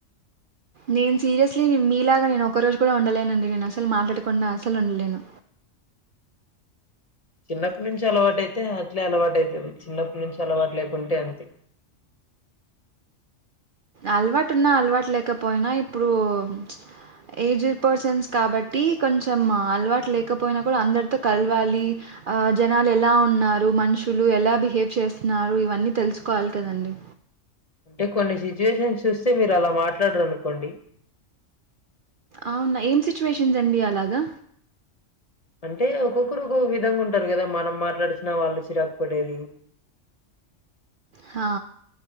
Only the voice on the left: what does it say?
చిన్నప్పటి నుంచి అలవాటయితే అట్లే అలవాట అవుతుంది చిన్నప్పటి నుంచి అలవాటు లేకుంటే అంతే
అంటే కొన్ని సిచ్యువేషన్స్ చూస్తే మీరు అలా మాట్లాడరు అనుకోండి
అంటే ఒక్కొక్కరు ఒక్కొక్క విధంగా ఉంటారు కదా మనం మాట్లాడిచిన వాళ్ళు చిరాకు పడేది